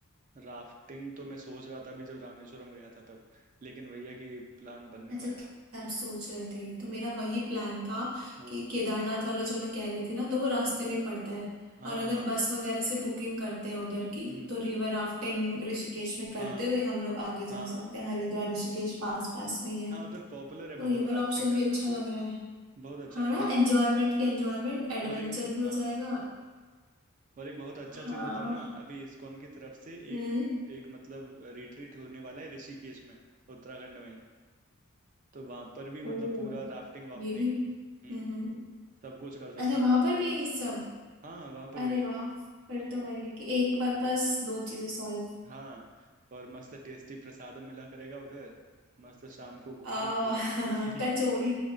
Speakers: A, on the right; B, on the right.
A: राफ्टिंग तो मैं सोच रहा था अभी जब रामेश्वरम गया था तब लेकिन भैया कि प्लान बन नहीं
B: अच्छा
A: पाया
B: क्या आप सोच रहे थे तो मेरा वही प्लान था
A: वो
B: कि केदारनाथ वाला जो मैं कह रही थी ना तो वो रास्ते में ही पड़ता है
A: हाँ
B: और अगर
A: हाँ
B: बस वगैरह से बुकिंग करते हैं उधर की
A: हम्म
B: तो रिवर राफ्टिंग ऋषिकेश में करते
A: हाँ
B: हुए हम लोग आगे जा
A: हाँ
B: सकते हैं हरिद्वार ऋषिकेश पास पास में ही है
A: हाँ उधर पॉपुलर है
B: तो ये
A: बहुत
B: वाला
A: राफ्टिंग
B: ऑप्शन
A: करना
B: भी अच्छा लग रहा है
A: बहुत अच्छा
B: हाँ
A: है मतलब
B: ना एंजॉयमेंट की एंजॉयमेंट एडवेंचर
A: और एक
B: भी हो
A: हाँ
B: जाएगा
A: और एक बहुत अच्छा
B: हाँ
A: चीज बताऊँ ना अभी इस्कॉन की तरफ से
B: हम्म
A: एक एक मतलब रिट्रीट होने वाला है ऋषिकेश में उत्तराखंड में ही तो वहां पर भी मतलब
B: ओ
A: पूरा राफ्टिंग वाफ्टिंग
B: ये भी
A: हम्म
B: हम्म
A: सब कुछ कर सकते
B: अच्छा
A: हैं
B: वहां
A: एकदम
B: पर
A: पूरा
B: भी है ये सब
A: हाँ वहां पर
B: अरे
A: भी
B: वाह
A: है
B: फिर तो वही है कि एक पर्पस दो चीजें सॉल्व
A: हाँ और मस्त टेस्टी प्रसादम मिला करेगा उधर मस्त शाम को घूमो
B: आ,
A: पूरा
B: <laughs>
A: <laughs>
B: कचौड़ी